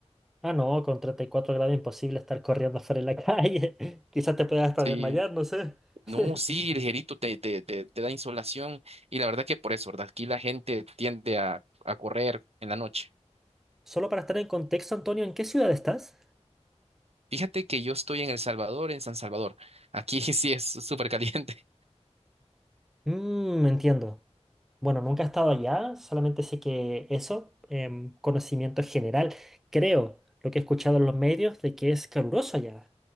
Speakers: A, in the centre; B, on the right.
A: Ah, no, con 34 grados imposible estar corriendo afuera en la calle. <laughs> Quizás te puedas hasta
B: Sí.
A: desmayar, no sé.
B: No, sí,
A: <laughs>
B: ligerito, te, te, te, te da insolación. Y la verdad que por eso, ¿verdad? Aquí la gente tiende a, a correr en la noche.
A: Solo para estar en contexto, Antonio, ¿en qué ciudad estás?
B: Fíjate que yo estoy en El Salvador, en San Salvador. Aquí <laughs> sí es súper caliente.
A: Mmm, entiendo. Bueno, nunca he estado allá, solamente sé que eso, em, conocimiento general, creo, lo que he escuchado en los medios de que es caluroso allá,